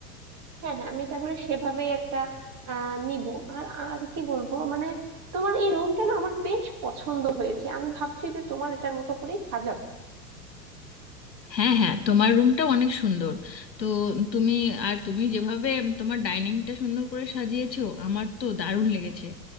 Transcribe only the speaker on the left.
হ্যাঁ হ্যাঁ তোমার রুমটা অনেক সুন্দর তো তুমি আর তুমি যেভাবে তোমার ডাইনিংটা সুন্দর করে সাজিয়েছো আমার তো দারুণ লেগেছে